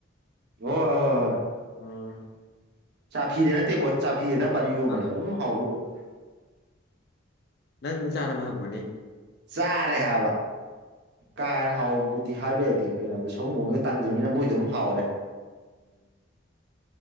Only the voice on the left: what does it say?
ꯑꯝ
ꯈꯪꯉꯦꯕ
ꯍꯥꯎꯕ꯭ꯔꯣ ꯅꯪ ꯆꯥꯅꯕ ꯍꯪꯕꯅꯤ
ꯎꯝ